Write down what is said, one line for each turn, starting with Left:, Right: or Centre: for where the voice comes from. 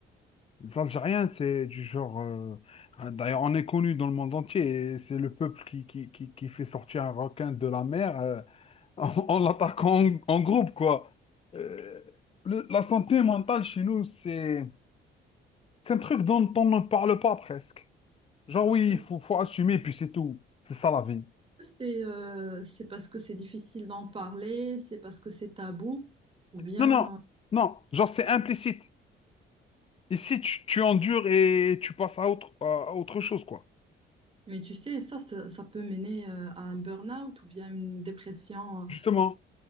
Left: Les Algériens, c'est du genre. euh, hein, d'ailleurs, on est connu dans le monde entier et c'est le peuple qui, qui, qui, qui fait sortir un requin de la mer. euh, en, en l'attaquant en, en groupe, quoi. Euh, le- la santé mentale chez nous, c'est c'est un truc dont on ne parle pas presque. Genre, oui,
Right: Parce
Left: il faut, faut assumer, puis c'est tout. C'est ça la vie.
Right: que c'est euh, c'est parce que c'est difficile d'en parler, c'est parce que c'est tabou, ou bien.
Left: Non, non, non, genre, c'est implicite. Ici, tu, tu endures et tu passes à autre, à autre chose, quoi.
Right: Mais tu sais, ça, ça, ça peut mener euh, à un burn-out ou bien une dépression.
Left: Justement,